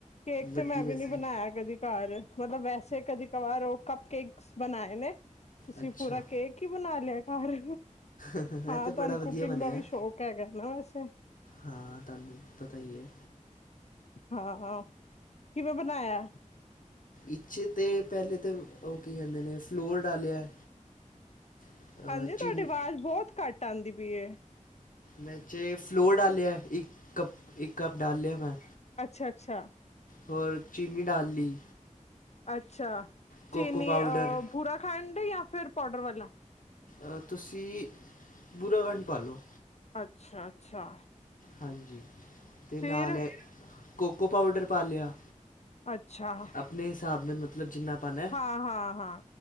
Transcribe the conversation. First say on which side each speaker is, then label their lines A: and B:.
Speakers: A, on the left (about 55°); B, on the left (about 85°).
A: ਕੇਕ
B: ਵੱਡੀ
A: ਤੇ ਮੈਂ ਵੀ
B: ਰੈਸੀ
A: ਨੀ ਬਣਾਇਆ ਕਦੀ ਘਰ ਮਤਲਬ ਵੈਸੇ ਕਦੇ ਕ ਵਾਰ ਉਹ ਕੱਪ ਕੇਕਸ ਬਣਾਏ ਨੇ ਤੁਸੀਂ
B: ਅੱਛਾ
A: ਪੂਰਾ ਕੇਕ ਹੀ ਬਣਾ ਲਿਆ। ਪਰ।
B: ਇਹ
A: ਹਾਂ
B: ਤਾਂ ਬੜਾ
A: ਤੁਹਾਨੂੰ
B: ਵਧੀਆ
A: ਕੁਕਿੰਗ
B: ਬਣਿਆ
A: ਦਾ ਵੀ ਸ਼ੌਕ ਹੈਗਾ ਨਾ ਵੈਸੇ।
B: ਹਾਂ ਤੁਹਾਨੂੰ ਪਤਾ ਹੀ ਹੈ
A: ਹਾਂ ਕਿਵੇਂ ਬਣਾਇਆ?
B: ਇੱ <inaudible> ਤਾਂ ਪਹਿਲੇ ਤਾਂ ਉਹ ਕੀ ਕਹਿੰਦੇ ਨੇ ਫਲੋਰ ਡਾਲਿਆ। ਅ,
A: ਹਾਂਜੀ
B: ਚੀਨੀ
A: ਤੁਹਾਡੀ ਆਵਾਜ਼ ਬਹੁਤ ਘੱਟ ਆਉਂਦੀ ਪਈਏ।
B: ਮੈ ਚ ਫਲੋਰ ਡਾਲਆ ਇੱਕ ਕਪ ਇੱਕ ਕਪ ਡਾਲਿਆ ਮੈਂ।
A: ਅੱਛਾ ਅੱਛਾ।
B: ਹੋਔਰ ਚੀਨੀ ਡਾਲ ਲਈ
A: ਅੱਛਾ।
B: ਕੋਕੋ
A: ਚੀਨੀ
B: ਪਾਊਡਰ
A: ਅ ਬੁਰਾਖੰਡ ਜਾਂ ਫੇਰ ਪਾਡਰ ਵਾਲਾ
B: ਅ। ਤੁਸੀਂ ਬੁਰਾਖੰਡ ਪਾਲੋ।
A: ਅੱਛਾ ਅੱਛਾ।
B: ਹਾਂਜੀ। ਤੇ
A: ਫਿਰ
B: ਨਾਲੇ ਕੋਕੋ ਪਾਊਡਰ ਪਾ ਲਿਆ।
A: ਅੱਛਾ
B: ਆਪਣੇ ਹਿਸਾਬ ਦੇ ਮਤਲਬ ਮਤਲਬ ਜਿੰਨਾ ਪਾਾਨ
A: ਹਾਂ ਹਾਂ ਹਾਂ